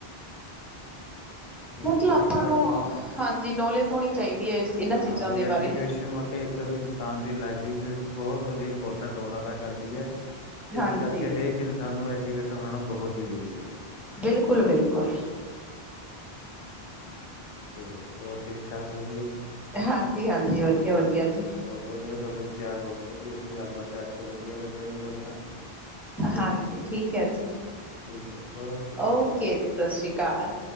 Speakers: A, on the left (about 60°); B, in the centre.
A: ਸ਼ੁਰਕਲ
B: ਮਤਲਬ ਆਪਾਂ
A: ਮਿਲਾ
B: ਨੂੰ
A: ਕੇ
B: ਹਾਂਜੀ ਨੌਲੇਜ ਹੋਣੀ ਚਾਹੀਦੀ ਹੈ ਇਹਨਾਂ
A: ਹਾਂ
B: ਚੀਜ਼ਾਂ
A: ਵੀ
B: ਦੇ ਬਾਰੇ
A: ਐਜੂਕੇਸ਼ਨ ਵ ਇੱਕ ਇਨਸਾਨ ਦੀ ਲਾਈਫ ਵੀ ਇੱਕ ਬਹੁਤ ਵਧੀਆ ਇੰਪੋਰਟੈਂਟ ਰੋਲ ਅਦਾ ਕਰਦੀ ਹੈ
B: ਹਾਂਜੀ
A: ਇਸ ਕਰਕੇ ਹਰੇਕ ਇਨਸਾਨ ਨੂੰ ਐਜੂਕੇਟਡ ਹੋਣਾ ਬਹੁਤ ਜ਼ਰੂਰੀ ਹੈ ਜੀ।
B: ਬਿਲਕੁਲ ਬਿਲਕੁਲ <unintelligible>
A: ਚਲੋ ਹੋਰ ਠੀਕ ਠਾਕ ਵਧੀਆ ਜੀ।
B: ਹਾਂਜੀ ਹਾਂਜੀ ਵਧੀਆ ਵਧੀਆ ਜੀ।
A: ਬਹੁਤ ਵਧੀਆ ਤੁਹਾਡੇ ਬਹੁਤ ਵਧੀਆ ਸੀ ਗੱਲਬਾਤ ਕਰਕੇ ਵਧੀਆ ਲੱਗਿਆ ਜੀ ਤੁਹਾਡਾ
B: ਹਾਂਜੀ ਠੀਕ ਹੈ ਜੀ
A: ਠੀਕ ਹੈ ਜੀ
B: ਓਕੇ
A: ਸਤਿ ਸ਼੍ਰੀ
B: ਜੀ
A: ਅਕਾਲ।
B: ਸਤਿ ਸ੍ਰੀ ਅਕਾਲ।